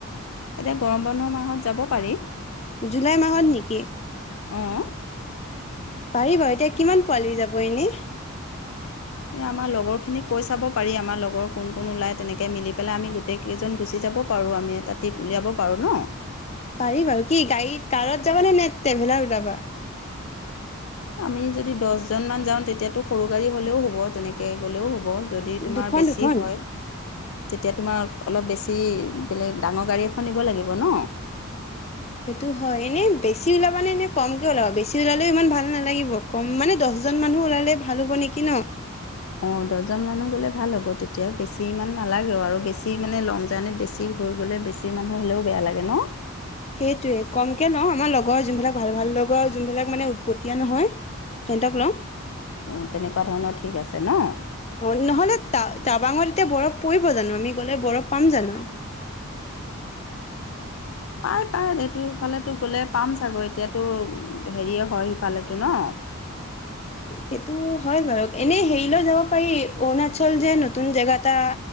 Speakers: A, on the left; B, on the left.
A: এতিয়া গৰম বন্ধৰ মাহত যাব পাৰি।
B: জুলাই মাহত নেকি?
A: অ'।
B: পাৰি বাৰু এতিয়া কিমান পোৱালি যাব এনে।
A: এ আমাৰ লগৰখিনিক কৈ চাব পাৰি আমাৰ লগৰ কোন কোন ওলাই তেনেকে মিলি পেলাই আমি গোটেই কেইজন গুচি যাব পাৰোঁ, আমি এটা টিপ উলিয়াব পাৰোঁ ন।
B: পাৰি বাৰু কি গাড়ীত কাৰত যাবা নে, নে ট্ৰেভেলাৰ ওলাবা?
A: আমি যদি দছজন মান যাওঁ তেতিয়াতো সৰু গাড়ী হলেও হ'ব, তেনেকে গ'লেও হ'ব। যদি তোমাৰ
B: দুখন
A: বেছি
B: দুখন
A: হয় তেতিয়া তোমাক অলপ বেছি বেলেগ ডাঙৰ গাড়ী এখন নিব লাগিব ন'।
B: সেইটো হয় এনে বেছি ওলাবানে এনে কমকে ওলাবা বেছি ওলালেও ইমান ভাল নালাগিব কম মানে দছ জন মানুহ ওলালে ভাল হ'ব নেকি ন?
A: অ' দছজন মানুহ গ'লে ভাল হ'ব তেতিয়া বেছি ইমান নালাগেও আৰু বেছি মানে লং জাৰ্ণিত বেছি হৈ গ'লে বেছি মানুহ হ'লেও বেয়া লাগে ন'।
B: সেইটোয়ে কমকে লওঁ আমাৰ লগৰ যোনবিলাক ভাল ভাল লগৰ যোনবিলাক মানে উৎপতীয়া নহয়। সেনতক লওঁ।
A: অঁ তেনেকুৱা ধৰণৰ ঠিক আছে ন
B: অ' নহলে তা - তাবাঙত তে বৰফ পৰিব জানো আমি গ'লে বৰফ পাম জানো?
A: পাই পাই এইটো সিফালে গলে পাম চাগৈ এতিয়াতো হেৰিয়ে হয় সিফালেটো ন। <inaudible>
B: সেইটো হয় বাৰু এনেই হেৰিলৈ যাব পাৰি, অৰুণাচল যে নতুন জেগা এটা